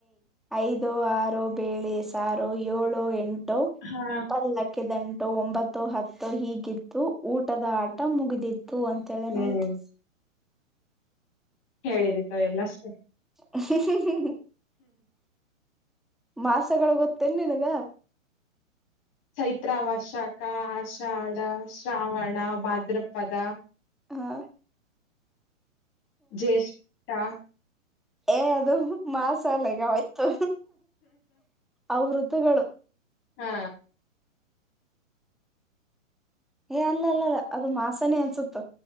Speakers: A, in the centre; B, on the left.
A: ಐದು ಆರು ಬೇಳೆ ಸಾರು ಏಳು ಎಂಟು
B: ಹಾ
A: ಪಲ್ಲಕ್ಕೆ ದಂ ಒಂಬತ್ತು ಹತ್ತು ಹೀಗಿತ್ತು ಊಟದ ಆಟ ಮುಗಿದಿತ್ತು ೂ ಅಂತೇಳೇನ
B: ಹ್ಮ್
A: ಆಯ್ತಿ
B: ಹೇಳಿದ ತಾವ ಎಲ್ಲಷ್ಟೇ
A: ಹ ಹ ಹ ಹ್ ಮಾಸಗಳು ಗೊತ್ತನ್ ನಿನಗ
B: ಚೈತ್ರಾವಶಕ ಆಷಾಢ ಶ್ರಾವಣ ಭಾದ್ರಪದ
A: ಹಾ
B: ಜ್ಯೇಷಠಾ
A: ಏ ಅದು ಮಾಸಾಲೆಗೆ ಆಯ್ತು ಅವ್ರದ ಹತಗಳು
B: ಹಾ
A: ಏ ಅಲ್ಲ ಅಲ್ಲಲ್ಲ ಅದು ಮಾಸನೇ ಅನ್ಸುತ್ತ